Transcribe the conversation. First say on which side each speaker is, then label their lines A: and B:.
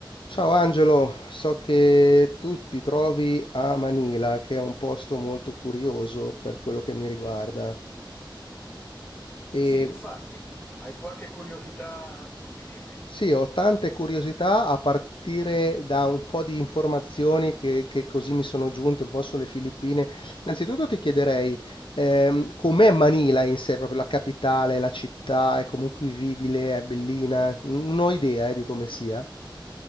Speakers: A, on the left; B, on the left.
A: Ciao Angelo, so che tu ti trovi a Manila, che è un posto molto curioso per quello che mi riguarda. E
B: Sì, infatti. Hai qualche curiosità? Dimmi, dimmi.
A: sì, ho tante curiosità a partire da un po' di informazioni che, che così mi sono giunte un po' sulle Filippine. Innanzitutto ti chiederei, ehm, com'è Manila in sé, proprio la capitale, la città, è comunque vivibile, è bellina? Non ho idea, eh, di come sia.